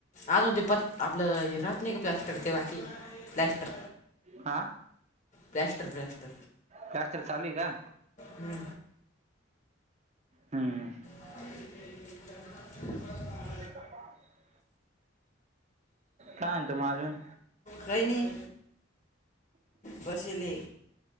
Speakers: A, on the left; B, on the right.
A: अजून ते पत आपलं हे राहत नाही का प्लॅस्टर ते वाकी प्लॅस्टर.
B: का
A: प्लॅस्टर प्लॅस्टर.
B: प्लॅस्टर चालू आहे का?
A: हम्म.
B: हम्म
A: <unintelligible>
B: <unintelligible> काय आणतोय म अजून?
A: काय नाही बसेले.